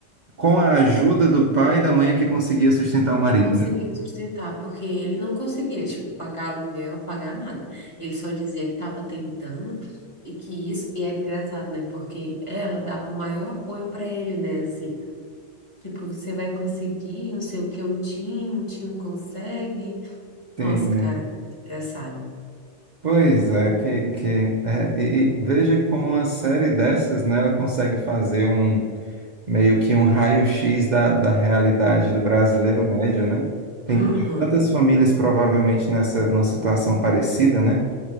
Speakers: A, on the right (about 45°); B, on the left (about 25°).
A: com a ajuda do pai e da mãe é que conseguia sustentar o marido,
B: e conseguiu
A: né?
B: sustentar, porque ele não conseguia, tipo, pagar aluguel, pagar nada. Ele só dizia que estava tentando e que isso, e era engraçado, né? Porque ela dava o maior apoio para ele, né? Assim, tipo, você vai conseguir, não sei o que o time, o time consegue. Nossa,
A: Sim.
B: cara, engraçado.
A: Pois é, que, que é, e, e veja como uma série dessas, né, ela consegue fazer um meio que um raio-x da, da realidade do brasileiro médio, né? Tem
B: Aham,
A: tantas famílias provavelmente nessa numa situação parecida, né?